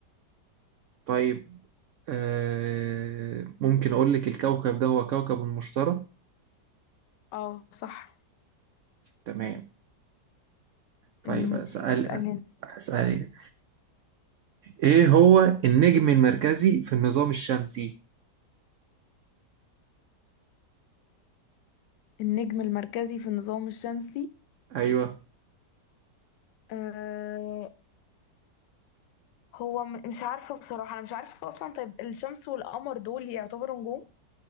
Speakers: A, on the right (about 80°); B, on the left (about 85°).
A: طيب آه، ممكن أقول لك الكوكب ده هو كوكب المشتري؟
B: اه صح
A: تمام طيب
B: مم، ماشي
A: أسأل
B: اسالني انت.
A: أسألك إيه هو النجم المركزي في النظام الشمسي؟
B: النجم المركزي في النظام الشمسي
A: أيوه
B: آه هو م- مش عارفه بصراحه انا مش عارفه اصلا طيب الشمس والقمر دول يعتبروا نجوم